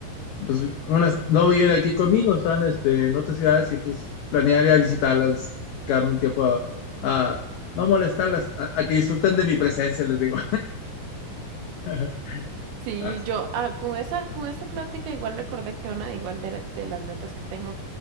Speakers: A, on the left; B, on the right.
A: pues unas no viven aquí conmigo, están este, en otras ciudades y pues planearía visitarlas cada un tiempo a, a no molestarlas, a, a que disfruten de mi presencia, les digo. <laughs>
B: Sí,
A: As-
B: yo ah, con esa, con esa plática igual recordé que una igual de, de las metas que tengo